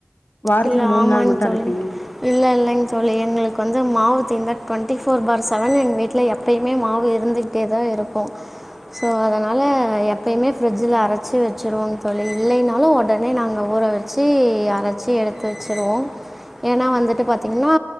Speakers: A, on the left; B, in the centre.
A: வாரத்துல
B: இல்ல ஆமாங்
A: நாள் மட்டும்
B: தோழி
A: அரைப்பீங்களா?
B: இல்ல இல்லைங் தோழி எங்களுக்கு வந்து மாவுத்தீந்த டுவெண்ட்டி ஃபோர் பார் செவன் எங்க வீட்டில எப்பயுமே மாவு இருந்துக்கிட்டே தான் இருக்கும் ஸோ அதனால எப்பயுமே ஃப்ரிட்ஜில அரைச்சி வச்சுருவோம் தோழி இல்லைனாலும் உடனே நாங்க ஊற வச்சு அரச்சி எடுத் வச்சிருவோம் ஏன்னா வந்துட்டு பார்த்தீங்கன்னா